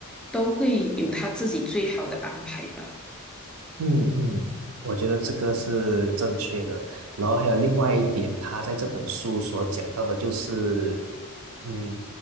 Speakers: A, in the centre; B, on the right.
A: 都会有他自己最好的安排吧。
B: 嗯嗯，我觉得这个是正确的。然后还有另外一点，他在这本书所讲到的就是，嗯，